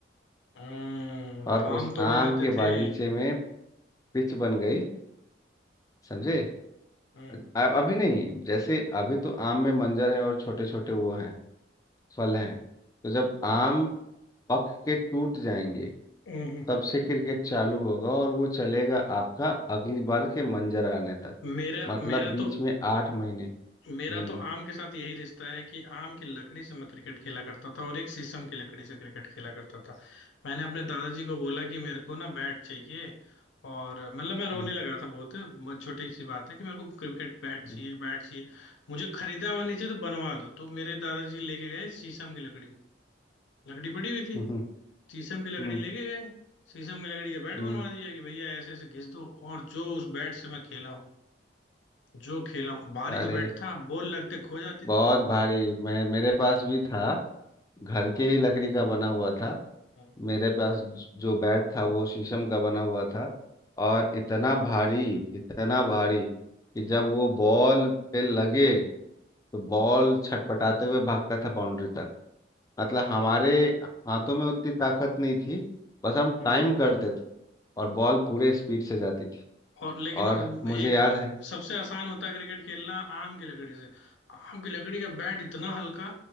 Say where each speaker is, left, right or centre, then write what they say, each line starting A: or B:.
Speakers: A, on the left; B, on the left.
A: हम्म
B: और
A: आम
B: उस
A: तोड़े
B: आम
A: जाते
B: के
A: थे
B: बागीचे में पिच बन गई समझे
A: हम्म
B: अ- अभी नहीं जैसे अभी तो आम में मंजर है और छोटे छोटे वो हैं फल हैं तो जब आम पक के टूट जाएंगे
A: हम्म, हम्म,
B: तब
A: हम्म।
B: से क्रिकेट चालू होगा और वो चलेगा आपका अगली बार के मंजर आने तक
A: मेरा
B: मतलब
A: मेरा
B: बीच
A: तो
B: में आठ महीने
A: मेरा
B: हम्म
A: तो आम के साथ यही रिश्ता है कि आम की लकड़ी से मैं क्रिकेट खेला करता था और एक शीशम की लकड़ी से क्रिकेट खेला करता था मैंने अपने दादाजी को बोला कि मेरे को ना बैट चाहिए और मतलब मैं रोने
B: हम्म
A: लगा था बहुत बहुत छोटी सी बात है कि मेरे को क्रिकेट बैट
B: हम्म
A: चाहिए बैट चाहिए मुझे खरीदा हुआ नहीं चाहिए तो बनवा दो तो मेरे दादाजी लेके गए शीशम की लकड़ी लकड़ी पड़ी हुई थी
B: हम्म
A: शीशम की लकड़ी
B: हम्म,
A: लेके गए शीशम की लकड़ी का बैट
B: हम्म।
A: बनवा दिया कि भैया ऐसे ऐसे घिस दो और जो उस बैट से मैं खेला हूँ जो खेला हूँ भारी
B: अरे
A: तो बैट था बॉल लगते खो जाती
B: बहुत
A: थी
B: भारी मैं मेरे पास भी था घर के ही लकड़ी का बना हुआ था
A: हम्म,
B: मेरे पास जो बैट था वो शीशम का बना हुआ था और इतना भारी इतना भारी कि जब वो बॉल पे लगे तो बॉल छटपटाते हुए भागता था बाउंड्री तक मतलब हमारे हाथों में उतनी ताकत नहीं थी बस हम
A: हम्म।
B: टाइम करते थे और बॉल पूरे स्पीड से जाती थी
A: और लेकिन
B: और
A: वो
B: मुझे
A: एक
B: याद
A: अ,
B: है
A: सबसे आसान होता है क्रिकेट खेलना आम की लकड़ी से आम की लकड़ी का बैट इतना हल्का